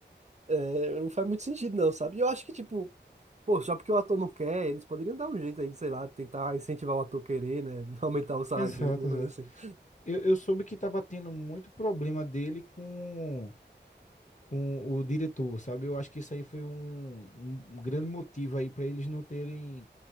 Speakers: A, on the right; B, on the left.
A: é, não faz muito sentido, não, sabe? E eu acho que, tipo, pô, só porque o ator não quer, eles poderiam dar um jeito aí, sei lá, tentar incentivar o ator a querer, né? <laughs> Aumentar o salário
B: exato,
A: dele, alguma
B: exato.
A: coisa assim.
B: Eu, eu soube que tava tendo muito problema dele com com o diretor, sabe? Eu acho que isso aí foi um, um um grande motivo aí para eles não terem